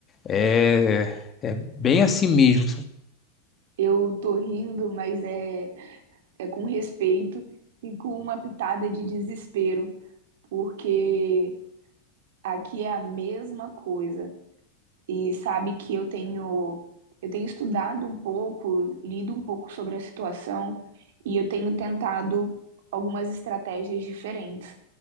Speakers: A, on the left; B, on the right.
A: É, é bem assim mesmo.
B: eu tô rindo, mas é, é com respeito e com uma pitada de desespero, porque aqui é a mesma coisa. e sabe que eu tenho eu tenho estudado um pouco, lido um pouco sobre a situação e eu tenho tentado algumas estratégias diferentes.